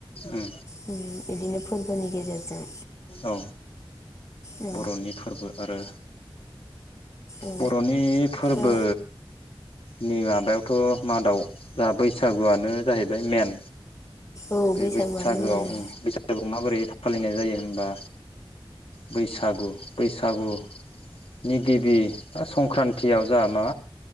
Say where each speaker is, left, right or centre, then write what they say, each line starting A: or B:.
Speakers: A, on the left; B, on the left.
A: उम
B: बिदिनो फोरबोनि गेजेरजों।
A: औ
B: औ
A: बर'नि फोरबो आरो
B: औ
A: बर'नि फोरबो
B: ओ
A: नै माबायावथ' मादाव जाहा बै बैसागुआनो जाहैबाय मेन
B: औ
A: बे
B: बैसागुआनो
A: बैसागुआव
B: मेन औ
A: ओम बैसागुआव माबोरै फालिनाय जायो। होनबा बैसागु बैसागुनि गिबि बा संक्रान्तियाव जा मा